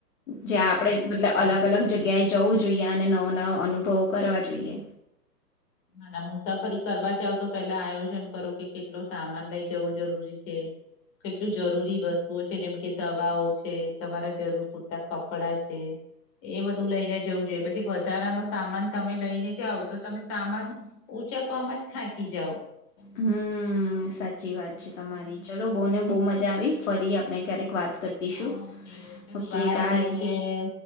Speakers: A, on the left; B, on the left.
A: જ્યા
B: હા
A: આપડે
B: સાચી
A: મતલબ અલગ
B: વાત
A: અલગ
B: છે.
A: જગ્યાએ જવું જોઈએ અને નવો નવો અનુભવો કરવા જોઈએ.
B: ના ના મુસાફરી કરવા જાવ તો પેલા આયોજન કરો કે કેટલો સામાન લઈ જવું જરૂરી છે, કેટલું જરૂરી વસ્તુઓ છે જેમ કે, દવાઓ છે તમારા જરૂર પૂરતા કપડા છે, એ બધું લઈને જવું જોઈએ, પછી વધારાનો સામાન તમે લઈને જાઓ તો તમે સામાન ઉચકવામાં જ થાંકી જાઓ.
A: હમ, સાચી વાત છે તમારી. ચલો, બોહને બહું મજા આવી. ફરી આપડે ક્યારેક વાત કરીશું.
B: ઓકે ચલો
A: ઓકે, બાય.
B: ટેક કેર